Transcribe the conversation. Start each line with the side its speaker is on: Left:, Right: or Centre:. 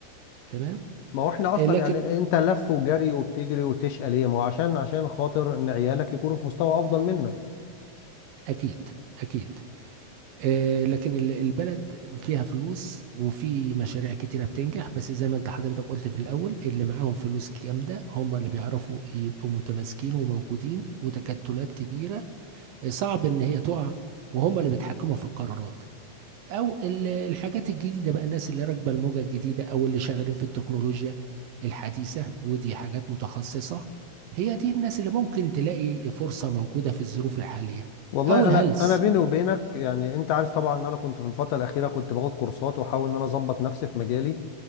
Right: تمام
Left: ما هو احنا اصلا
Right: آه، لكن
Left: يعني انت لف وجري وبتجري وتشقى ليه ما هو عشان عشان خاطر ان عيالك يكونوا في مستوى افضل منك
Right: اكيد اكيد آه، لكن ال- البلد فيها فلوس وفي مشاريع كتيرة بتنجح بس زي ما انت حضرتك قلت في الأول اللي معاهم فلوس جامدة هم اللي بيعرفوا يبقوا متماسكين وموجودين وتكتلات كبيرة آه، صعب إن هي تقع وهم اللي بيتحكموا في القرارات أو ال- الحاجات الجديدة بقى الناس اللي راكبة الموجة الجديدة أو اللي شغالين في التكنولوجيا الحديثة ودي حاجات متخصصة هي دي الناس اللي ممكن تلاقي فرصة موجودة في الظروف الحالية
Left: والله
Right: أو الهلس
Left: انا انا بيني وبينك يعني انت عارف طبعا ان انا كنت في الفتره الاخيره كنت باخد كورسات واحاول ان انا اظبط نفسي في مجالي